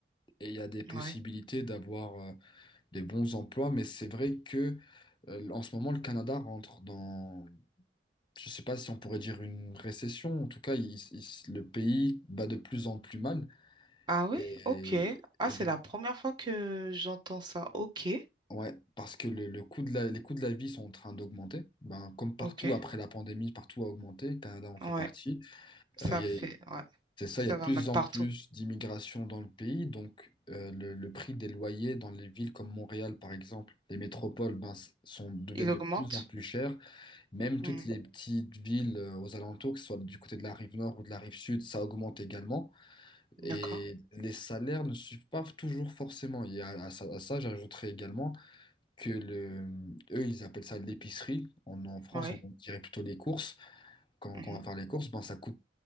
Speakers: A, on the left; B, on the right.
A: et il y a des possibilités
B: ouais.
A: d'avoir euh, des bons emplois, mais c'est vrai que euh, en ce moment, le Canada rentre dans, je sais pas si on pourrait dire une récession, en tout cas, il- il- le pays bat de plus en plus mal.
B: Ah oui?
A: Et,
B: Ok. Ah,
A: et
B: c'est
A: donc,
B: la première fois que j'entends ça. Ok,
A: ouais, parce que le, le coût de la, les coûts de la vie sont en train d'augmenter. Ben, comme partout,
B: ok.
A: après la pandémie, partout a augmenté, le Canada en fait
B: Ouais,
A: partie.
B: ça
A: Euh, il y
B: fait,
A: a-
B: ouais,
A: c'est ça,
B: ça
A: il y a de
B: va
A: plus
B: mal
A: en
B: partout.
A: plus d'immigration dans le pays, donc euh, le, le prix des loyers dans les villes comme Montréal, par exemple, les métropoles, ben, s- sont, deviennent
B: Il augmente.
A: de plus en plus chers. Même
B: Mm,
A: toutes les petites villes euh, aux alentours, que ce soit du côté de la rive nord ou de la rive sud, ça augmente également.
B: D'accord.
A: Et les salaires ne suivent pas toujours forcément. Il y a, à ça, à ça, j'ajouterais également que le, eux, ils appellent ça l'épicerie. En, en France,
B: Ouais.
A: on dirait plutôt les courses. Quand,
B: Mhm.
A: quand on va faire les courses, ben, ça coûte